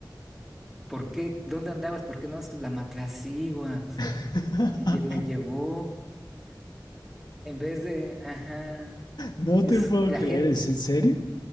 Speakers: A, in the centre; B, on the left (about 65°).
A: ¿Por qué? ¿Dónde andabas? ¿Por qué no? Es que La matlacigua, o sea,
B: <laughs>
A: me, lle- me llevó eh, en vez de, ajá,
B: No
A: es
B: te puedo
A: la
B: creer,
A: gente.
B: ¿es en serio?